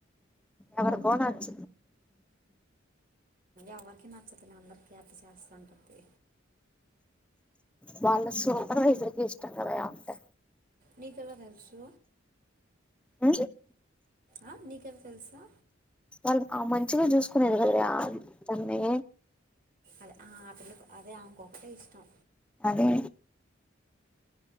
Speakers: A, in the centre; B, on the right (about 45°).
A: ఎవర కోణ వచ్చ
B: ఎవరికిీ నచ్చతుంది అందరికీ హర్పి చేస్తుంటుంది
A: బాళ సూపర్ ఇకి ఇష్ట కదా అంటే
B: నీకెలా తెలుసు
A: ఆ
B: ఆ నీక తెలుసా
A: వాళ్ళు మంచిగా చూసుకునేది కదా ఆ ద దన్ని
B: అదే ఆ ఆ పిల్ల అదే ఆంకొకటే ఇష్టం
A: అదే